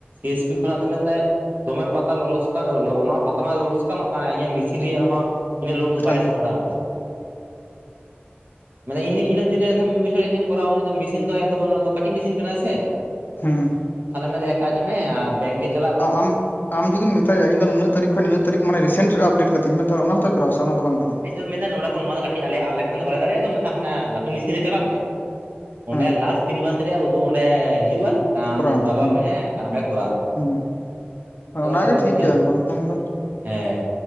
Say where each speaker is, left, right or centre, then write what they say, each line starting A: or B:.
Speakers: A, on the right (about 55°); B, on the left (about 55°).
A: ᱮᱥ ᱯᱤ ᱠᱷᱚᱱᱟᱜ ᱫᱚ ᱢᱮᱱᱫᱟᱭ ᱫᱚᱢᱮ ᱯᱟᱛᱟ ᱞᱚᱥᱠᱟᱱᱚᱜ ᱟᱢᱟᱜ ᱯᱟᱛᱟ ᱢᱟ ᱞᱚᱥᱠᱟᱱᱚᱜ ᱠᱟᱱᱟ ᱤᱧᱟᱹᱜ ᱢᱮᱥᱤᱱ ᱨᱮᱭᱟᱜ ᱦᱚᱸ ᱤᱱᱟᱹ ᱞᱳᱰ ᱫᱚ ᱵᱟᱭ
B: ᱠᱟᱞᱤ
A: ᱥᱟᱢᱵᱽᱲᱟᱣᱟ ᱢᱟᱱᱮ ᱤᱱᱟᱹᱜ ᱫᱤᱱ ᱨᱮ ᱢᱤᱫ ᱵᱚᱪᱷᱚᱨ ᱪᱮᱫ ᱮᱢ ᱠᱚᱨᱟᱣᱟ ᱩᱱᱤ ᱫᱚ ᱢᱮᱥᱤᱱ ᱫᱚ ᱛ ᱫᱚ ᱠᱟᱹᱴᱤᱡ ᱢᱮᱥᱤᱱ ᱠᱟᱱᱟ ᱥᱮ
B: ᱦᱮᱸ
A: ᱛᱟᱦᱚᱞᱮ ᱢᱮᱱᱫᱟᱣ ᱮᱠ ᱠᱟᱪ ᱢᱮ ᱟᱨ ᱵᱮᱝᱠ ᱜᱮ ᱪᱟᱞᱟᱜ ᱢᱮ
B: ᱟᱢ ᱟᱢ ᱡᱩᱫᱤ ᱢᱮᱟᱭᱟ ᱤᱧ ᱫᱚ ᱱᱩᱱᱟᱜ ᱛᱟᱨᱤᱠ ᱨᱮᱧ ᱢᱟᱱᱮ ᱨᱮᱥᱮᱱᱴ ᱟᱯᱰᱮᱴ ᱠᱟᱛᱤᱧ ᱢᱮ ᱛᱟᱦ ᱚᱱᱟ ᱦᱚᱸᱚᱛᱭ ᱠᱚᱨᱣᱟ ᱚᱱᱟ ᱫᱚ ᱵᱟᱝ ᱜᱟᱱᱚᱜᱼᱟ
A: ᱢᱮᱱᱫᱟᱣ ᱱᱚᱰᱮ ᱠᱷᱚᱱ ᱱᱚᱣᱟ ᱫᱚ ᱠᱟᱹᱴ ᱟᱞᱮ ᱟᱞᱮ ᱠᱷᱟᱱ ᱫᱚ ᱵᱟᱝᱞᱮ ᱫᱟᱲᱮᱼᱟ ᱛᱚ ᱢᱮᱱᱫᱟ ᱦᱟᱱᱟ ᱞᱟᱹᱴᱩ ᱢᱤᱥᱤᱱ ᱨᱮ ᱪᱟᱞᱟᱜ ᱢᱮ ᱚᱸᱰᱮ
B: ᱦᱮᱸ
A: ᱞᱟᱥᱴ ᱛᱤᱱ ᱢᱟᱥ ᱨᱮᱭᱟᱜ ᱩᱫᱩᱜ ᱚᱸᱰᱮ ᱦᱤᱡᱩᱜᱼᱟ ᱟᱢ
B: ᱠᱚᱨᱟᱣ
A: ᱫᱟᱵᱟᱣ
B: ᱦᱩᱸ
A: ᱢᱮ ᱦᱮᱸ ᱟᱨ ᱚᱸᱰᱮ ᱠᱚᱨᱟᱣ ᱢᱮ
B: ᱦᱩᱸ
A: ᱟᱫᱚ
B: ᱚᱱᱟᱜᱮ ᱴᱷᱤᱠ
A: ᱢᱤᱫ ᱫᱤᱱ
B: ᱜᱮᱭᱟ ᱵᱟᱝᱠᱷᱟᱱ ᱫᱚ
A: ᱦᱮᱸ